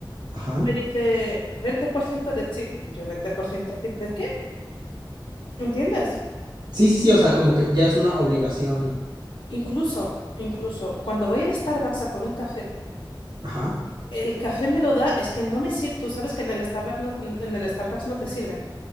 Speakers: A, on the right; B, on the left.
A: Ajá.
B: y me dice 20% de tip. Y yo, ¿20% de tip de qué? ¿Entiendes?
A: Sí, sí, sí, o sea, como que ya es una obligación.
B: Incluso, incluso cuando voy al Starbucks a por un café,
A: Ajá.
B: el café me lo da, es que no me sirve, tú sabes que en el Starbucks no, en el Starbucks no te sirven.